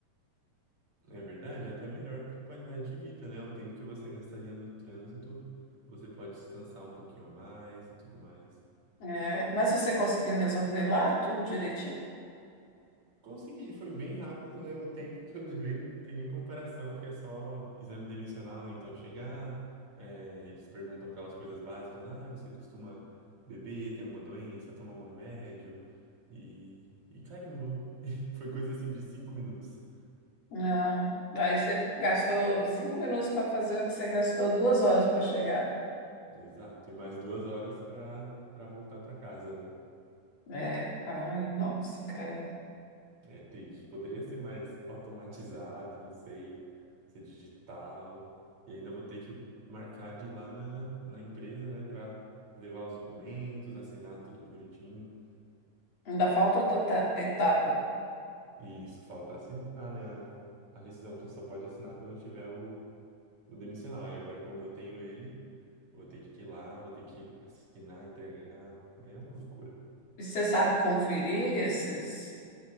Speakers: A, on the right (about 40°); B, on the left (about 70°).
A: É verdade, é até melhor para qualidade de vida, né? O tempo que você gastaria no trânsito, você pode descansar um pouquinho a mais e tudo mais.
B: É, mas você conseguiu resolver lá tudo direitinho?
A: Consegui, foi bem rápido, né? O tempo que eu levei não tem nem comparação, porque é só exame demissional, né? Então chegar, é, eles perguntam aquelas coisas básicas, ah, você costuma beber, tem alguma doença, toma algum remédio? E, e carimbo. <laughs> E Foi coisa assim de cinco minutos.
B: Ah, aí você gastou cinco minutos para fazer o que você gastou duas horas para chegar.
A: Exato, e mais duas horas para para voltar para casa, né?
B: É, ai, nossa, credo.
A: É triste. Poderia ser mais automatizado, não sei, ser digital. E ainda vou ter que marcar de ir lá na, na empresa, né, pra levar os documentos, assinar tudo bonitinho.
B: Ainda falta outra ta- etapa.
A: E isso falta assinar, né, a, a rescisão, que só pode assinar quando tiver o, o demissional. E agora, como eu tenho ele, vou ter que ir lá, vou ter que assinar, entregar. É uma loucura.
B: E você sabe conferir esses,